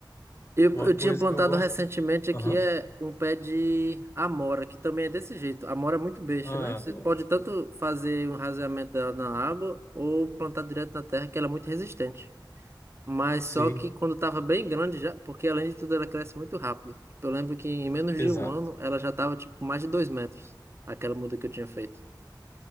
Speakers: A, on the right (about 30°); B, on the left (about 30°).
A: Eu,
B: Uma
A: eu
B: coisa
A: tinha plantado
B: que eu gosto.
A: recentemente aqui
B: Aham.
A: é um pé de amora, que também é desse jeito. Amora é muito besta,
B: Ah,
A: né? Você
B: adoro.
A: pode tanto fazer um raseamento dela na água ou plantar direto na terra, que ela é muito resistente. Mas
B: Sim,
A: só que quando tava bem grande já, porque além de tudo ela cresce muito rápido. Tipo, eu lembro que em menos
B: exato.
A: de um ano ela já tava tipo mais de dois metros, aquela muda que eu tinha feito.